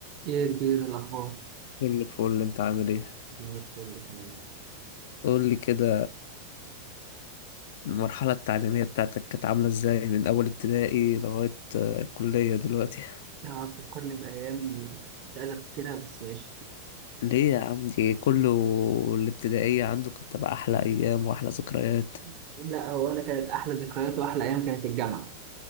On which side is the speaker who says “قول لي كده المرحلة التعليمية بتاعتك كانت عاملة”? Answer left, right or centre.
Left